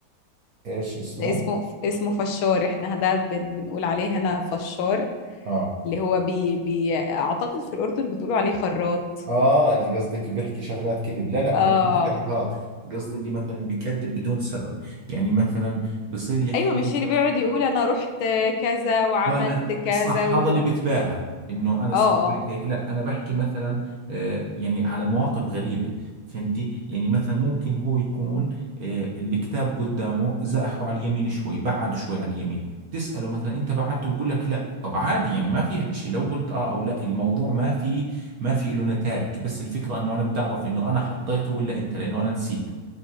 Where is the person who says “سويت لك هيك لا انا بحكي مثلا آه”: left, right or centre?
Right